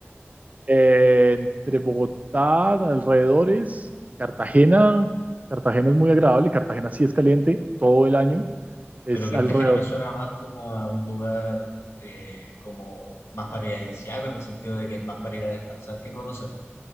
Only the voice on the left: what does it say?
Pero Cartagena
me suena más como a un lugar eh, como más paradisíaco, en el sentido de que es más para ir a descansar que conocer.